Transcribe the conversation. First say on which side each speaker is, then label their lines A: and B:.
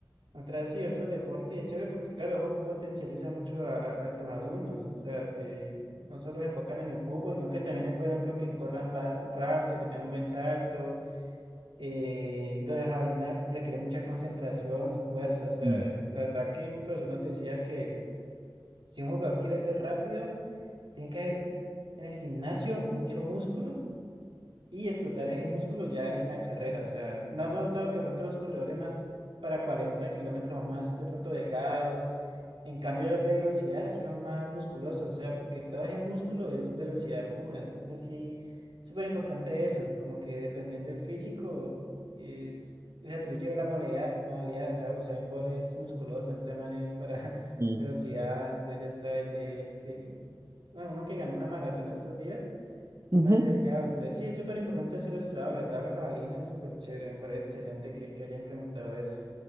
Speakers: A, on the right; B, on the right.
A: otras, sí, otros deportes, y es chévere porque, claro, eso potencializa mucho a, a- a tus alumnos, o sea, te, no solo se enfocan en el fútbol, sino que también es, por ejemplo, que corran va- rápido, que tengan un buen salto, eh, lo de jabalina requiere mucha concentración y fuerza, o sea,
B: Mm,
A: la verdad que un profesor nos decía que si un jugador quiere ser rápido, tiene que haber en el gimnasio mucho músculo y explotar ese músculo ya en la carrera. O sea, no has notado que de pronto los corredores más para 40 kilómetros o más de pronto delgados. En cambio, los de velocidad sí son más musculosos. O sea, porque todo ese músculo es velocidad pura. Entonces sí, súper importante eso. Como que dependiendo del físico es... Se atribuye la modalidad, modalidad, o sea, Usain Bolt es musculoso, entonces man es para <laughs>
B: mm.
A: velocidad, entonces ya está el de él bueno, uno que ganó una maratón estos días,
B: Ujú.
A: el man es delgado. Entonces, sí, es súper importante hacer estrado. La tabla jabalina es súper chévere. Me parece excelente que, que hayas implementado eso.